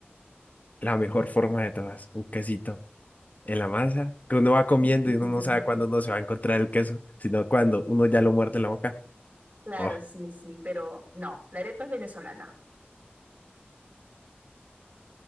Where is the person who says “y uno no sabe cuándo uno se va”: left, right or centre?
Left